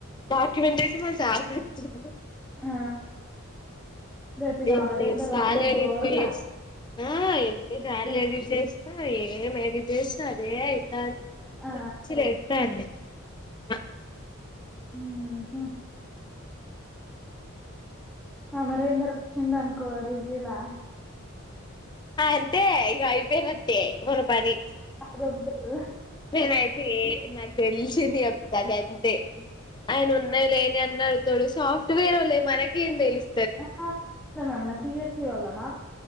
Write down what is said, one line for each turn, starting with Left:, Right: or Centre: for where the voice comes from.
Left: డాక్యూమెంట్ మా చావ్ వచ్చింది
Centre: ఆ రేపు ఇగ
Left: ఎన్ని
Centre: అమరేందర్
Left: సార్లు
Centre: వత్తే
Left: ఎడిట్
Centre: గోస
Left: చేస్ ఆ ఎన్ని సార్లు
Centre: రేపు
Left: ఎడిట్ చేస్తాం ఎమ్ ఎడిట్ చేసిన అదే అయి కాద్
Centre: ఆ
Left: పిచ్చి లేస్తంది ఆ
Centre: హా హ అమరేంద్ర చిన్న కోడికూర
Left: అంటే అయిపోయినట్టే ఓ పని
Centre: దొబ్బుతరు
Left: నేనైతే తెలిసి <unintelligible> చెప్తా గంతే ఆయన ఉన్నాయి లేనియి అన్ని అడుగుతాడు సాఫ్ట్వేర్ ఒళ్ళే మనకేం తెలుసు
Centre: <unintelligible> ఎమన్నా సి య సి ఒళ్లమా